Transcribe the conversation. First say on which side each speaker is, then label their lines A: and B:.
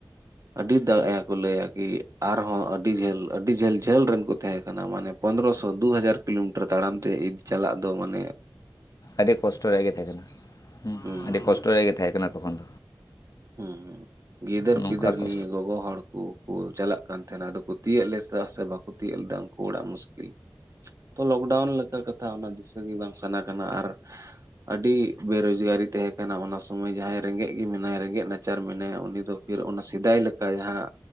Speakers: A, on the right; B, on the left.
A: ᱟᱹᱰᱤ ᱫᱟᱜᱭᱟ ᱠᱚ ᱞᱟᱹᱭᱟ ᱠᱤ ᱟᱨᱦᱚᱸ ᱟᱹᱰᱤ ᱡᱷᱟᱹᱞ ᱟᱹᱰᱤ ᱡᱷᱟᱹᱞ ᱡᱷᱟᱹᱞ ᱨᱮᱱ ᱠᱚ ᱛᱟᱦᱮᱸ ᱠᱟᱱᱟ ᱢᱟᱱᱮ ᱯᱚᱱᱨᱚᱚᱥᱚ ᱫᱩ ᱦᱟᱡᱟᱨ ᱠᱤᱞᱳᱢᱤᱴᱟᱨ ᱛᱟᱲᱟᱢ ᱛᱮ ᱤᱫᱤ ᱪᱟᱞᱟᱜ ᱫᱚ ᱢᱟᱱᱮ
B: ᱟᱹᱰᱤ ᱠᱚᱥᱴᱚ ᱨᱮᱭᱟᱜ ᱜᱮ ᱛᱟᱦᱮᱸ ᱠᱟᱱᱟ ᱦᱮᱸ
A: ᱦᱩᱸ
B: ᱟᱹᱰᱤ ᱠᱚᱥᱴᱚ ᱨᱮᱜᱮ ᱛᱟᱦᱮᱸ ᱠᱟᱱᱟ ᱠᱚ ᱵᱟᱝ
A: ᱦᱩ ᱜᱤᱫᱟᱹᱨ
B: ᱱᱚᱝᱠᱟ
A: ᱯᱤᱫᱟᱹᱨ
B: ᱠᱚ
A: ᱱᱤᱭᱟᱹ ᱜᱚᱜᱚ ᱦᱚᱲ ᱩᱱ ᱠᱚ ᱪᱟᱞᱟᱜ ᱠᱟᱱ ᱛᱟᱦᱮᱱᱟ ᱟᱫᱚ ᱠᱚ ᱛᱤᱭᱳᱜ ᱞᱮᱫ ᱞᱮᱫᱟ ᱥᱮ ᱵᱟᱠᱚ ᱛᱤᱭᱳᱜ ᱞᱮᱫᱟ ᱩᱱᱠᱩ ᱚᱲᱟᱜ ᱢᱩᱥᱠᱤᱞ ᱛᱚ ᱞᱚᱠᱰᱟᱣᱩᱱ ᱞᱮᱠᱟ ᱠᱟᱛᱷᱟ ᱚᱱᱟ ᱫᱤᱥᱟᱹ ᱜᱮ ᱵᱟᱝ ᱥᱟᱱᱟ ᱠᱟᱱᱟ ᱟᱨ ᱟᱹᱰᱤ ᱵᱮᱨᱚᱡᱽᱜᱟᱨᱤ ᱛᱟᱦᱮᱸ ᱠᱟᱱᱟ ᱚᱱᱟ ᱥᱚᱢᱚᱭ ᱡᱟᱦᱟᱸᱭ ᱨᱮᱸᱜᱮᱡ ᱜᱮ ᱢᱮᱱᱟᱭ ᱨᱮᱸᱜᱮᱡ ᱱᱟᱪᱟᱨ ᱢᱮᱱᱟᱭᱟ ᱩᱱᱤ ᱫᱚ ᱯᱷᱤᱨ ᱚᱱᱟ ᱥᱮᱫᱟᱭ ᱞᱮᱠᱟ ᱡᱟᱦᱟᱸ